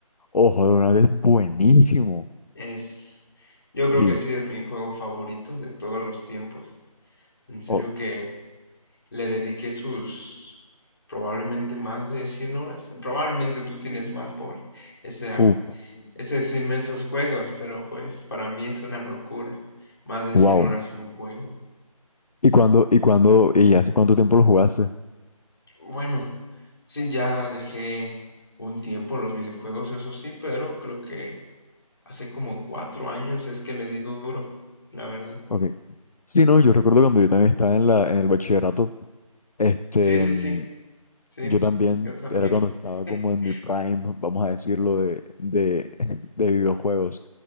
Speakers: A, on the left; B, on the left.
A: Ojo, de verdad es buenísimo.
B: Es, yo creo
A: Y.
B: que sí es mi juego favorito de todos los tiempos. En serio
A: Oh,
B: que le dediqué sus probablemente más de 100 horas. Probablemente tú tienes más por esa
A: uh,
B: esos inmensos juegos, pero pues para mí es una locura. Más de
A: wow.
B: 100 horas en un juego.
A: ¿Y cuándo, y cuándo, y hace cuánto tiempo lo jugaste?
B: Bueno, sí, ya dejé un tiempo los videojuegos, eso sí, pero creo que hace como cuatro años es que le di duro, la verdad.
A: Ok. Sí, no, yo recuerdo cuando yo también estaba en la, en el bachillerato. Este.
B: Sí, sí,
A: mm,
B: sí, sí,
A: Yo también
B: yo también.
A: era cuando estaba
B: <laughs>
A: como en mi prime, vamos a decirlo, de, de, <laughs> de videojuegos.